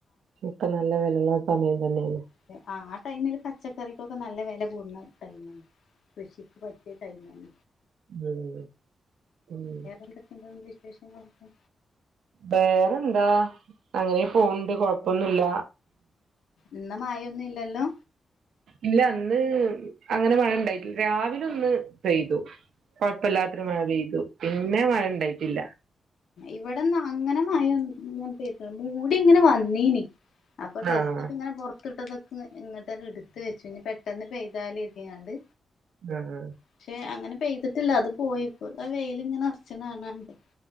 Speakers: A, on the right; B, on the left.
A: ഇപ്പം നല്ല വെലള്ള സമയം തന്നെയല്ലേ
B: അതെ ആ ടൈമില് പച്ചക്കറിക്കൊക്കെ നല്ല വെല കൂട്ണ ടൈമാ. കൃഷിക്ക് പറ്റിയ ടൈമാണ്.
A: ഉം ഉം
B: വേറെന്തൊക്കെണ്ട് വിശേഷങ്ങളൊക്കെ?
A: വേറെന്താ അങ്ങനെ പോവ്ണ്ട് കൊഴപ്പൊന്നൂല്ല.
B: ഇന്ന് മഴയൊന്നും ഇല്ലല്ലോ?
A: ഇല്ല ഇന്ന് അങ്ങനെ മഴ ഇണ്ടായിട്ട്ല്ല. രാവില ഒന്ന് പെയ്തു കൊഴപ്പല്ലാത്ത ര് മഴ പെയ്തു പിന്നെ മഴ ഇണ്ടായിട്ടില്ല.
B: ഇവിടെന്നാ അങ്ങനെ മഴൊ <unintelligible> ചെയ്ത് മൂടി ഇങ്ങനെ വന്നീനി. അപ്പൊ ഡ്രെസ്സക്കെ
A: ആഹ്
B: ഇങ്ങെനെ പൊർ ത്തിട്ടതൊക്കെ ഇങ്ങട്ടന്നെ ഇട്ത്ത് വച്ചു. ഞ് പെ പെട്ടെന്ന് പെയ്താല് ഇരിക്ക കണ്ട്
A: ആഹ്
B: പക്ഷെ അങ്ങനെ പെയ്തിട്ടില്ല അത് പോയി ഇപ്പോ ദാ വെയിലിങ്ങനെ ഒർച്ചന കാണാണ്ട്